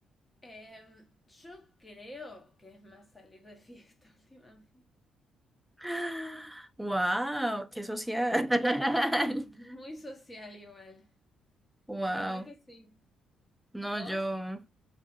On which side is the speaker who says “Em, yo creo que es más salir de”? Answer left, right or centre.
Left